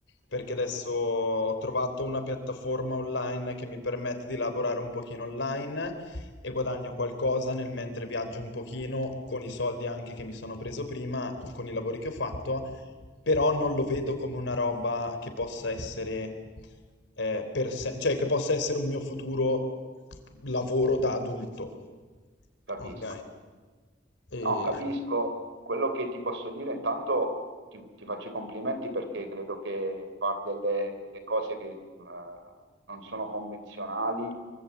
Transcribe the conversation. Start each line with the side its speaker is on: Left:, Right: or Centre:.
Left: perché adesso ho trovato una piattaforma online che mi permette di lavorare un pochino online e guadagno qualcosa nel mentre viaggio un pochino con i soldi anche che mi sono preso prima, con i lavori che ho fatto, però non lo vedo come una roba che possa essere eh, per se- cioè che possa essere un mio futuro lavoro da adulto.
Right: Capisco.
Left: Ok. E
Right: No, capisco. Quello che ti posso dire, intanto ti, ti faccio i complimenti perché credo che far delle, delle cose che eh, non sono convenzionali,